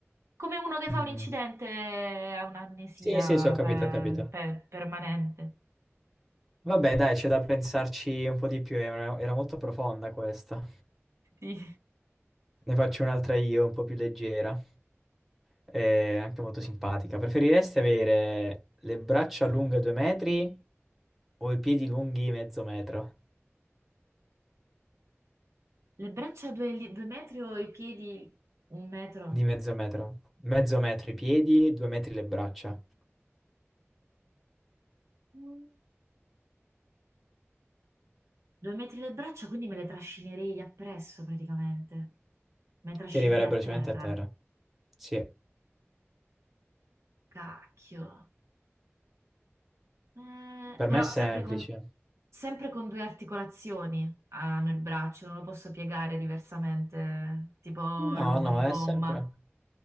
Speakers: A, on the right (about 85°); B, in the centre.
A: Come uno che fa
B: Mm.
A: un incidente e ha un'amnesia
B: Sì, sì, sì, ho capito,
A: pe-
B: ho capito.
A: pe- permanente.
B: Vabbè, dai, c'è da pensarci un po' di più, era, era molto profonda questa.
A: Sì.
B: Ne faccio un'altra io, un po' più leggera e anche molto simpatica. Preferiresti avere le braccia lunghe due metri o i piedi lunghi mezzo metro?
A: Le braccia due, li- due metri o i piedi un metro?
B: Di mezzo metro. Mezzo metro i piedi, due metri le braccia.
A: Due metri le braccia, quindi me le trascinerei appresso praticamente. Me le trascinerei
B: Ti arriverebbero
A: a terra.
B: sicuramente a terra. Sì,
A: Cacchio. Eh,
B: per
A: però
B: me è semplice.
A: sempre con, sempre con due articolazioni hanno il braccio, non lo posso piegare diversamente, tipo
B: No,
A: l'uomo
B: no,
A: di gomma.
B: è sempre...